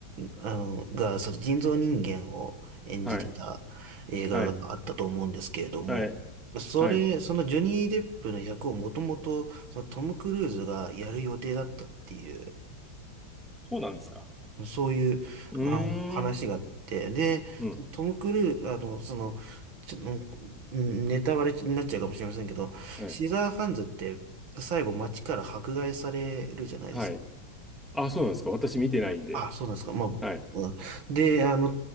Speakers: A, on the right; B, in the centre.
A: あの、が、その人造人間を演じてた映画があったと思うんですけれども、
B: はい。はい。はい。
A: それ、
B: はい。
A: そのジョニー・デップの役をもともと、そのトム・クルーズがやる予定だったっていう、
B: そうなんですか
A: そういう、
B: うーん。
A: あの、話があって、で、
B: うん。
A: そのトム・クルーズ、あの、その、ちょ、もうネタバレになっちゃうかもしれませんけど、
B: はい。
A: シザーハンズって最後街から迫害されるじゃないですか。
B: はい。あ、そうなんですか。私見てないんで。
A: あ、そうなんですか。まあ、
B: はい。
A: うんで、あの、